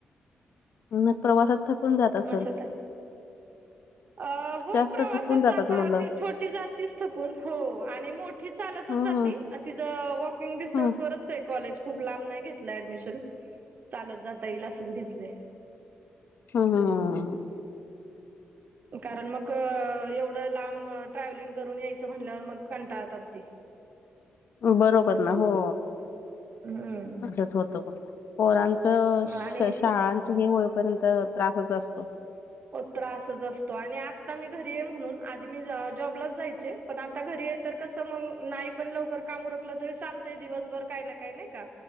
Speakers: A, on the left; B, on the right.
A: मग प्रवासात थकून जात असंल?
B: असं टाईम अ हो
A: जास्त
B: प्रवासात
A: थकून जातात
B: जाता
A: मुलं
B: ती छोटी जातीच थकून हो, आणि मोठी चालतच
A: हम्म
B: जाती अ तीजं वॉकिंग डिस्टन्सवरच
A: हं
B: आहे कॉलेज. खूप लांब नाही घेतलं ऍडमिशन, चालत जाता येईल असंच घेतलंय.
A: ह,
B: हम्म
A: हा, हा, ह.
B: कारण मग एवढं लांब ट्रॅव्हलिंग करून यायचं, म्हणल्यावर मग कंटाळतात ते.
A: बरोबर ना हो.
B: हं...
A: असंच होतं बघ, पोरांचं शाळांचं
B: आणि
A: हे होईपर्यंत त्रासच असतो.
B: हो त्रासच असतो आणि आत्ता मी घरी आहे म्हणून आधी मी जॉबलाच जायचे पण आता घरी आहे तर कस मग, नाही पण लवकर काम उरकलं तरी चालतं दिवसभर काय ना काही नाही का